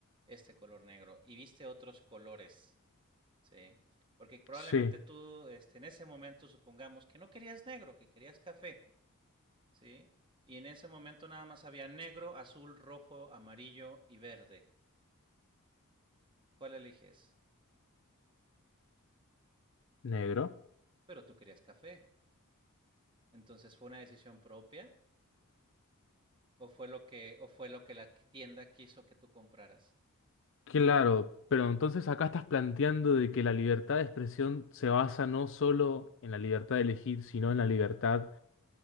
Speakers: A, on the right; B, on the left.
A: este color negro y viste otros colores, ¿sí? Porque probablemente
B: Sí,
A: tú, este, en ese momento, supongamos que no querías negro, que querías café, ¿sí? Y en ese momento nada más había negro, azul, rojo, amarillo y verde. ¿Cuál eliges?
B: negro.
A: Pero tú querías café. Entonces fue una decisión propia o fue lo que o fue lo que la tienda quiso que tú compraras?
B: Claro, pero entonces acá estás planteando de que la libertad de expresión se basa no solo en la libertad de elegir, sino en la libertad